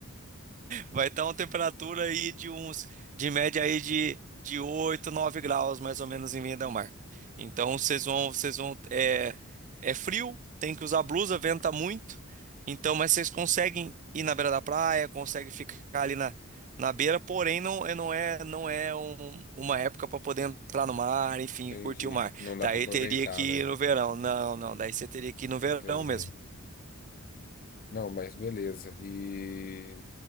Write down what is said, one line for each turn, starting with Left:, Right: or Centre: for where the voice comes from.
Right: Vai estar uma temperatura aí de uns, de média aí de, de 8 9 graus, mais ou menos, em Vinha del Mar. Então, vocês vão, vocês vão, é, é frio, tem que usar blusa, venta muito. Então, mas vocês conseguem ir na beira da praia, conseguem ficar ali na, na beira, porém, não, é- não é, não é um- uma época para poder entrar no mar, enfim,
Left: Entendi.
Right: curtir o mar.
Left: Não dá
Right: Daí
Left: pra aproveitar,
Right: teria que
Left: né?
Right: ir no verão. Não, não, daí você teria que ir no verão
Left: Entendi.
Right: mesmo.
Left: Não, mas beleza. E